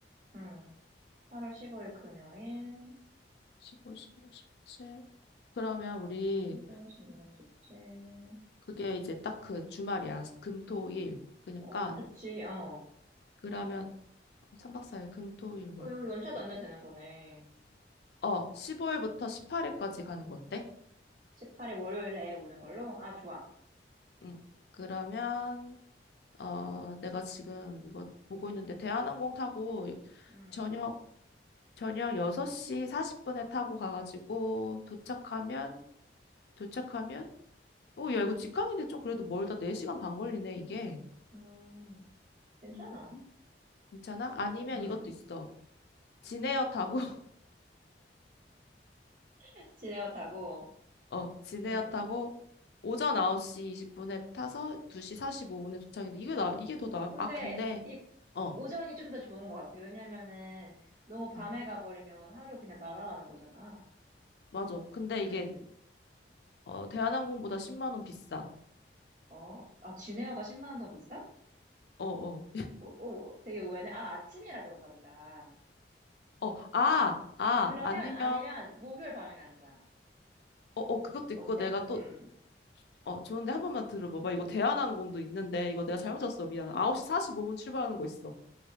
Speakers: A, on the right (about 50°); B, on the left (about 65°).
A: 음. 8월 15일 금요일,
B: 15, 15, 16, 17. 그러면 우리
A: 15, 16, 17.
B: 그게 이제 딱 그 주말이야. 금, 토, 일. 그러니까
A: 오, 좋지, 어.
B: 그러면 3박 4일 금, 토, 일, 월.
A: 어, 여기 연차도
B: 어,
A: 안 내도 되는 거네.
B: 어 15일부터 18일까지 가는 거 어때?
A: 18일 월요일에 오는 걸로? 아, 좋아.
B: 응. 그러면 어 내가 지금 이거 보고 있는데 대한항공 타고 여-
A: 음,
B: 저녁 저녁 6시 40분에 타고 가가지고 도착하면 도착하면 뭐 야 이거 직항인데 좀 그래도 멀다 4시간 반 걸리네 이게.
A: 음, 괜찮아.
B: 음, 괜찮아? 아니면
A: 음,
B: 이것도 있어. 진에어 타고
A: <laughs> 지레어 타고,
B: 어, 진에어
A: 음.
B: 타고 오전 9시 20분에 타서 2시 45분에 도착인데 이게 나 이게 더 나,
A: 근데,
B: 아 근데
A: 이,
B: 어,
A: 오전이 좀 더 좋은 것 같아. 왜냐면은, 너무 밤에
B: 음,
A: 가버리면 하루 그냥 날아가는 거잖아.
B: 맞아. 근데
A: 음,
B: 이게 어 대한항공보다 10만 원 비싸.
A: 어, 아, 지레어가 10만 원 더 비싸?
B: 어, 어.
A: 오, 오, 되게 의외네. 아, 아침이라 그런가 보다.
B: 어, 아, 아,
A: 그러면,
B: 아니면
A: 아니면, 목요일 밤에 가는 거야.
B: 어, 어 그것도
A: 어때?
B: 있고 내가 또
A: 음,
B: 어, 좋은데 한 번만 들어봐 봐. 이거 대한항공도 있는데 이거 내가 잘못 잤어. 미안. 9시 45분 출발하는 거 있어.